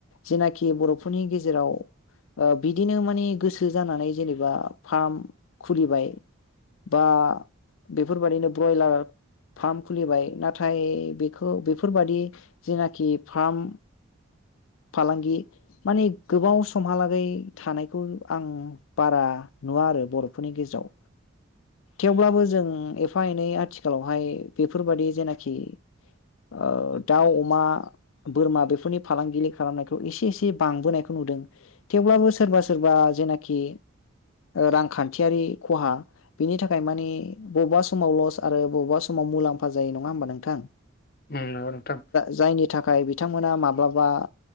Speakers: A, on the left; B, on the left.
A: जेनाखि बर'फोरनि गेजेराव बिदिनो माने गोसो जानानै जेनेबा फार्म खुलिबाय बा बेफोर बायदिनो ब्रयलार फार्म खुलिबाय नाथाय बेखौ बेफोरबादि जेनाखि फार्म
B: <inaudible>
A: फालांगि माने गोबाव समहालागै थानायखौ आं बारा नुवा आरो बर' फोरनि गेजेराव थेवब्लाबो जों एफा एनै आथिखालावहाय बेफोरबायदि जेनाखि ओ दाउ अमा बोरमा बेफोरनि फालांगि खालामनायखौ एसे एसे बांबोनायखौ नुदों थेवब्लाबो सोरबा सोरबा जेनाखि रां खान्थियारि खहा बिनि थाखाय माने बबेबा समाव लस आरो बबेबा समाव मुलाम्फा जायो नोंथां
B: उम नंगौ नोंथां
A: जायनि थाखाय बिथांमोना माब्लाबा